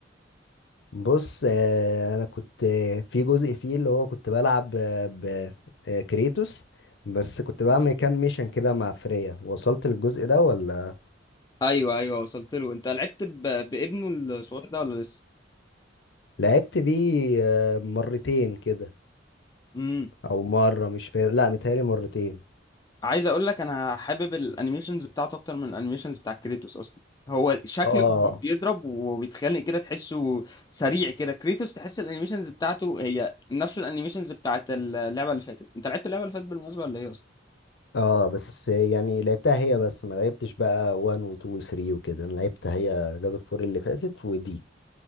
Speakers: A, on the left; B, on the left.
A: بص آه، انا كنت آه، في جزء فيه اللي هو كنت بلعب آه، ب آه، كريتوس بس كنت بعمل كام ميشن كده مع فريا وصلت للجزء ده ولا
B: ايوه ايوه وصلت له انت لعبت ب... بابنه الصغير ده ولا لسه
A: لعبت بيه آه، مرتين كده
B: امم
A: او مره مش فاكر لا متهيألي مرتين
B: عايز اقول لك انا حابب الانيميشنز بتاعته اكتر من الانيميشنز بتاع كريتوس اصلا هو شكله
A: اه
B: بيضرب وبيتخانق كده تحسه سريع كده كريتوس تحس الانيميشنز بتاعته هي نفس الانيميشنز بتاعت اللعبه اللي فاتت انت لعبت اللعبه اللي فاتت بالمناسبه ولا ايه اصلا
A: اه بس يعني لعبتها هي بس ما لعبتش بقى 1 و 2 و 3 وكده انا لعبتها هي جاد اوف 4 اللي فاتت ودي